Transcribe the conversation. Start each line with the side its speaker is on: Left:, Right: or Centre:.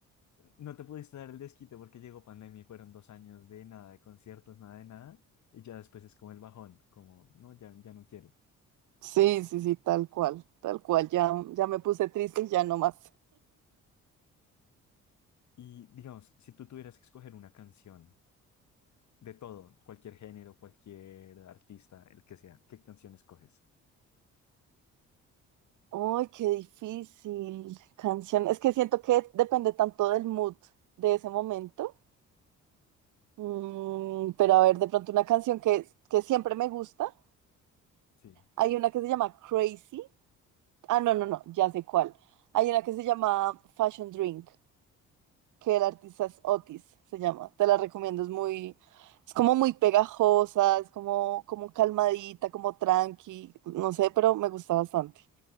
Left: No te pudiste dar el desquite porque llegó pandemia y fueron dos años de nada, de conciertos, nada de nada. Y ya después es como el bajón, como, no, ya, ya no quiero.
Right: Sí, sí, sí, tal cual, tal cual, ya, ya me puse triste y ya no más.
Left: Y digamos, si tú tuvieras que escoger una canción de todo, cualquier género, cualquier artista, el que sea, ¿qué canción escoges?
Right: Ay, qué difícil canción. Es que siento que depende tanto del mood de ese momento. Mm, pero a ver, de pronto una canción que, que siempre me gusta.
Left: Sí.
Right: Hay una que se llama Crazy. Ah, no, no, no, ya sé cuál. Hay una que se llama Fashion Drink. que el artista es Otis, se llama. Te la recomiendo, es muy, es como muy pegajosa, es como, como calmadita, como tranqui, no sé, pero me gusta bastante.